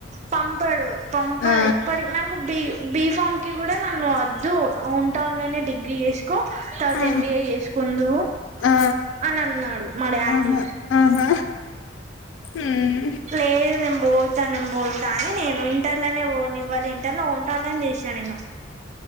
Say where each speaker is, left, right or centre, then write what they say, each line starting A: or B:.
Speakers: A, on the right; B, on the left.
A: పంపడు పంపడు
B: ఆ
A: ఇప్పటికి నాకు కు బి బి ఫామ్ కి కూడా నన్ను వద్దు హోమ్ టౌన్ లోనే డిగ్రీ చేసుకో తర్వాత
B: ఆ
A: ఎం బీ ఏ చేసుకుందువు
B: ఆ
A: అని అన్నాడు మా డాడీ
B: ఆహా ఆహా హ్మ్
A: లేదు నే బోధ్ తా పోతా అని నేను ఇంటర్లోనే పోనివ్వాలి ఇంటర్లో ఉంటానని చేస్నా నేను